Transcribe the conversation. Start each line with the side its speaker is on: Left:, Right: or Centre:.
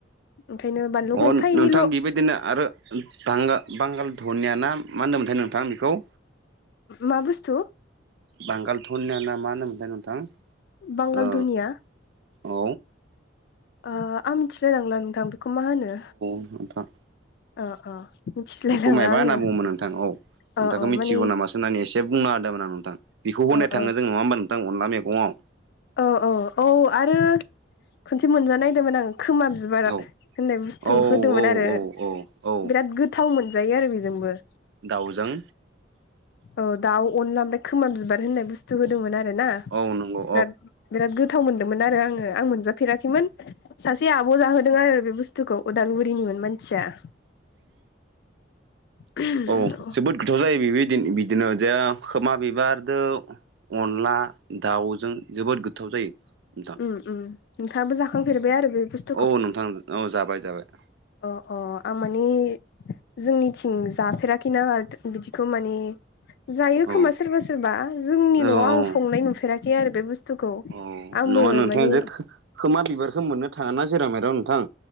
Left: ओंखायनो। बानलुखौ
Right: अ
Left: एफा एनैल'
Right: नोंथां बेबायदिनो आरो बांगाल बांगाल धनिया ना मा होनदों मोनथाय नोंथां बेखौ?
Left: मा बुस्थु?
Right: बांगाल धनियाना मा होनदों मोन्थाय नोंथां।
Left: बांगाल
Right: ओ
Left: धनिया?
Right: औ
Left: आं मिथिलायलांला नोंथां बेखौ मा होनो।
Right: अ नों थां।
Left: अ अ मिथिलायलाङा
Right: बेखौ मायबा
Left: आङो
Right: होनना बुङोमोन नोंथां औ
Left: औ
Right: नोंथांखौ
Left: औ
Right: मिथिगौ
Left: माने
Right: नामा सान होननानै एसे बुंना होदोंमोन नोंथां बेखौ होनाय
Left: औ
Right: थाङो
Left: औ
Right: जों नङा होमबा नोंथां अनला मैगङाव?
Left: औ औ औ आरो खनसे मोनजानायदोंमोन आं खोमा बिबार
Right: औ
Left: होननाय बुस्थु
Right: औ
Left: होदोंमोन
Right: औ
Left: आरो
Right: औ औ औ
Left: बिराद गोथाव मोनजायो आरो बेजोंबो।
Right: दाउजों
Left: औ दाउ अनला ओमफ्राय खोमा बिबार होननाय बुस्थु होदोंमोन आरो ना।
Right: औ नोंगौ
Left: बिराद बिराद गोथाव मोनदोंमोन आरो आंङो आं मोनजाफेराखैमोन सासे आब' जाहोदों आरो बे बुस्थुखौ अदालगुरिनिमोन मानसि आसा <unintelligible>
Right: औ जोबोद गोथाव जायोदि बिदिनो जे ख मा बिबारजों अनला दाउजों जोबोद गोथाव जायो नोंथां
Left: उ नोंथाङाबो जाखांफेरबाय आरो बे बुस्थु
Right: औ नोंथां औ जाबाय जाबाय
Left: अ अ आं मानि जोंनिथिं जाफेराखैना बिदिखौ माने जायो
Right: औ
Left: खोमा सोरबा सोरबा जोंनि
Right: औ
Left: न'आव
Right: औ
Left: आं संनाय नुफेराखै आरो बे बुस्थु बुस्थुखौ
Right: औ
Left: आंबो
Right: नङा नोंथाङा
Left: मानि
Right: जे खोमा बिबारखौ मोननो थाङा ना जेराव मेराव नोंथां।